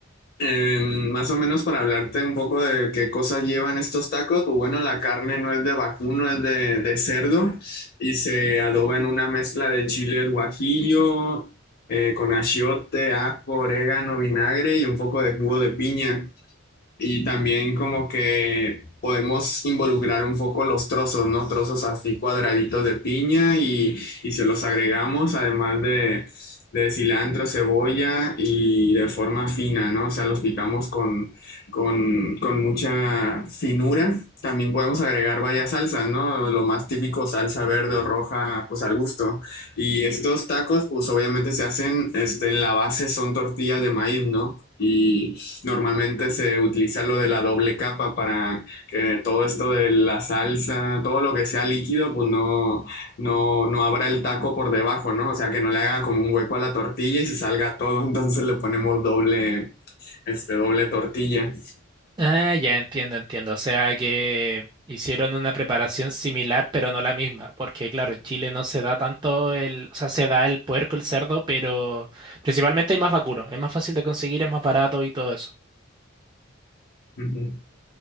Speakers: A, on the left (about 45°); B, on the right (about 20°).
A: Eh, más o menos para hablarte un poco de qué cosas llevan estos tacos, pues bueno, la carne no es de vacuno, no es de, de cerdo y se adoba en una mezcla de chiles guajillo, eh, con achiote, ajo, orégano, vinagre y un poco de jugo de piña. Y también como que podemos involucrar un poco los trozos, ¿no? Trozos así cuadraditos de piña y, y se los agregamos, además de, de cilantro, cebolla y de forma fina, ¿no? O sea, los picamos con, con, con mucha finura. También podemos agregar varias salsas, ¿no? Lo más típico, salsa verde o roja, pues al gusto. Y estos tacos, pues obviamente se hacen, este, en la base son tortillas de maíz, ¿no? Normalmente se utiliza lo de la doble capa para que todo esto de la salsa, todo lo que sea líquido, pues no, no, no abra el taco por debajo, ¿no? O sea, que no le haga como un hueco a la tortilla y se salga todo, <laughs> entonces le ponemos doble, este, doble tortilla.
B: Ah, ya entiendo, entiendo. O sea que hicieron una preparación similar, pero no la misma, porque claro, en Chile no se da tanto el, o sea, se da el puerco, el cerdo, pero principalmente hay más vacuno, es más fácil de conseguir, es más barato y todo eso.
A: Ujú.